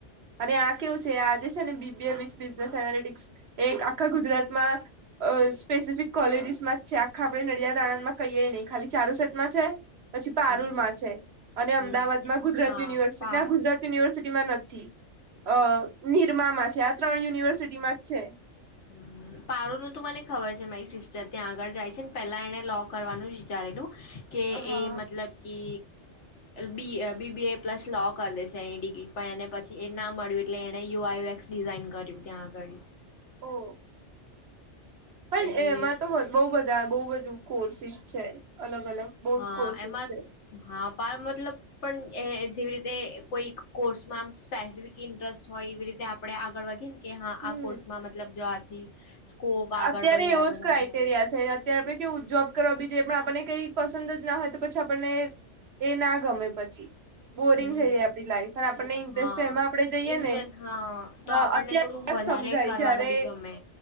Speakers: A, on the right; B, on the left.
A: અને આ કેવું છે આજે છે ને બીબી બ બિઝનેસ એનાલટિક્સ એક આખા ગુજરાતમાં. અ સ્પેસિફિક કોલેજીસ માં જ છે આખા આપણેે નડિયાદ આણંદ માં કહીય નહી ખાલી ચારો સટમાં છે. પછી પારૂલ
B: હમ
A: માં છે અને
B: હમ
A: અમદાવાદમાં ગુજરાત
B: હા
A: યુનિવર્સિટી
B: પા
A: ગુજરાત યુનિવર્સિટીમાં નથી અ નિરમામાં છે આ ત્રણ યુનિવર્સિટીમાં જ છે.
B: હમ પારુંલ નું તો મને ખબર છે મારી સિસ્ટર ત્યાં આગળ જાય છે ને પેલા એને લો કરવાનું વિચારેલું. કે
A: હા
B: એ મતલબ કે બી બીબીએ પ્લસ લો કરી દેશે એની ડિગ્રી પણ એને પછી એ ના મળ્યું એટલે એને યુઆઈએક્સ ડિઝાઇન કર્યું ત્યાં આગળ.
A: ઓ પણ
B: એટલે
A: એમાં તો બહુ બધા બહુ બધું કોર્સિસ છે. અલગ અલગ બહુ
B: હા
A: જ કોર્સિસ
B: એમાં
A: છે
B: હા પણ મતલબ પણ એ જેવી રીતે કોઈ કોર્સમાં સ્પેસિફિક ઇન્ટરેસ્ટ હોય એવી રીતે આપણે આગળ વધીએ ને કે હા
A: હમ
B: આ કોર્સમાં મતલબ જો આથી સ્કોપ આગળ
A: અત્યારે
B: વધારે
A: એવો
B: વધારે
A: જ ક્રાઈટેરિયા
B: હોય
A: છે. ત્યારે આપણે કેવું જોબ કરવા બી જઈએ પણ આપણને કઈ પસંદ જ ના હોય તો પછી આપણને એ ના ગમે પછી બોરિંગ
B: હમ
A: થઈ જાય આપણી લાાઈફ અને આપણને
B: હા
A: ઇન્ટરેસ્ટ એમાં આપણે જઈએ
B: ઇન્ટરેસ્ટ
A: ને
B: હા તો
A: અત્યારે
B: આપણને થોડું વધારે
A: જ સમજાય
B: કરવાનું
A: જય્યારે
B: બી ગમે